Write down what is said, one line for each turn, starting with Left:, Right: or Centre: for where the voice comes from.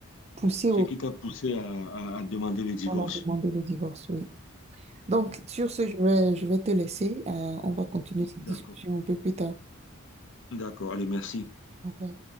Right: poussé
Left: Ce
Right: au
Left: qui t'a poussé à, à- à demander le divorce.
Right: à la demander le divorce, oui. Donc, sur ce, je vais, je vais te laisser. Euh, on va continuer cette
Left: D'accord.
Right: discussion un peu plus tard.
Left: D'accord. Allez, merci.
Right: Au revoir.